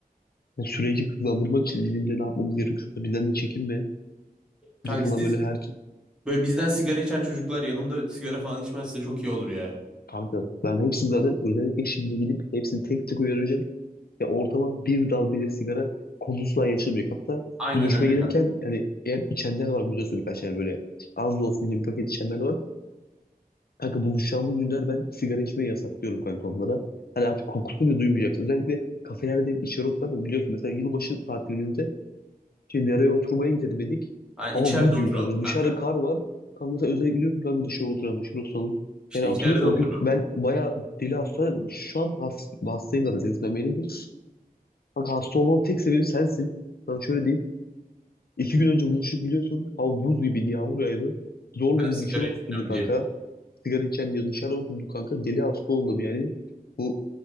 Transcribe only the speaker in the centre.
Kanka
siz
böyle bizden sigara içen çocuklar yanımda sigara falan içmezse çok iyi olur ya.
Aynen
öyle
kanka.
Yani
içeride
oturalım
kanka.
İşte
içeride oturalım.
Ben
sigara
içeceğim
diye.